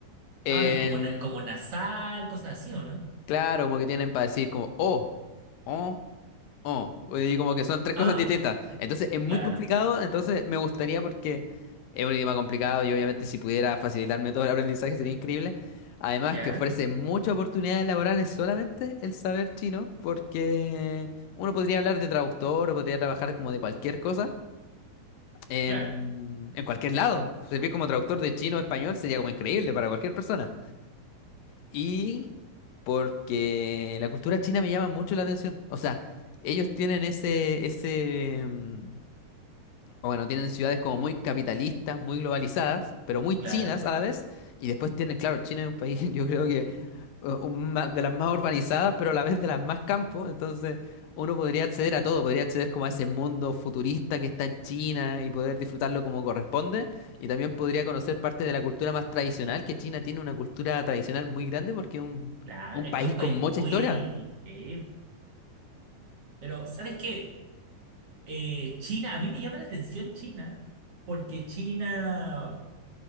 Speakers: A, on the left (about 80°); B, on the right (about 50°).
A: en-
B: Ah, ya como, na- como nasal, cosas así, ¿o no?
A: claro, como que tienen para decir como o, o. Oh, y como que son tres
B: Ah,
A: cosas distintas. Entonces es muy
B: claro.
A: complicado, entonces me gustaría porque es un idioma complicado y obviamente si pudiera facilitarme todo el aprendizaje sería increíble. Además
B: Ya.
A: que ofrece muchas oportunidades laborales solamente el saber chino, porque uno podría hablar de traductor o podría trabajar como de cualquier cosa en,
B: Claro.
A: en cualquier lado. Servir como traductor de chino a español sería como increíble para cualquier persona. Y porque la cultura china me llama mucho la atención. O sea, ellos tienen ese, ese, mm, o bueno, tienen ciudades como muy capitalistas, muy globalizadas, pero muy chinas
B: Claro.
A: a la vez. Y después tienen, claro, China es un país, <laughs> yo creo que eh, un ma- de las más urbanizadas, pero a la vez de las más campos. Entonces, uno podría acceder a todo, podría acceder como a ese mundo futurista que está en China y poder disfrutarlo como corresponde. Y también podría conocer parte de la cultura más tradicional, que China tiene una cultura tradicional muy grande porque es un,
B: Claro.
A: un
B: Es
A: país
B: que es un
A: con
B: país
A: mucha
B: muy...
A: historia.
B: sí. Pero, ¿sabes qué? Eh, China, a mí me llama la atención China, porque China...